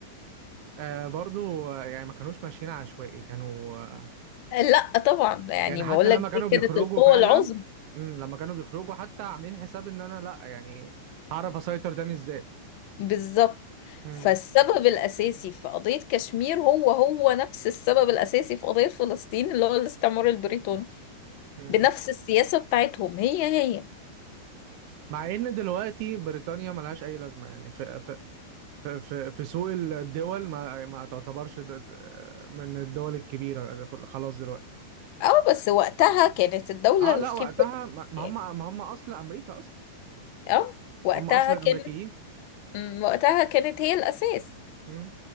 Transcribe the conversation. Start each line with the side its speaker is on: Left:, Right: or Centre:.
Right: آه برضو آه، يعني ما كانوش ماشيين عشوائي كانوا آه،
Left: آه، لا طبعا يعني
Right: يعني حتى
Left: بقول
Right: لما
Left: لك
Right: كانوا
Left: دي كانت
Right: بيخرجوا
Left: القوة
Right: فعلا
Left: العظمى
Right: امم لما كانوا بيخرجوا حتى عاملين حساب ان انا لا يعني هعرف اسيطر تاني ازاي
Left: بالظبط
Right: امم
Left: فالسبب الاساسي في قضية كشمير هو هو نفس السبب الاساسي في قضية فلسطين اللي هو الاستعمار البريطاني
Right: امم.
Left: بنفس السياسة بتاعتهم هي هي
Right: مع ان دلوقتي بريطانيا ملهاش اي لازمه يعني في في في, في سوق الدول ما ما تعتبرش د- د- من الدول الكبيره خلاص دلوقتي
Left: اه بس وقتها كانت الدولة
Right: اه
Left: الكبيرة
Right: لا وقتها ما ما
Left: يعني
Right: هم ما هم اصل امريكا اصلا
Left: اه وقتها
Right: هم اصل الامريكيين
Left: كانت مم، وقتها كانت هي الأساس
Right: مم.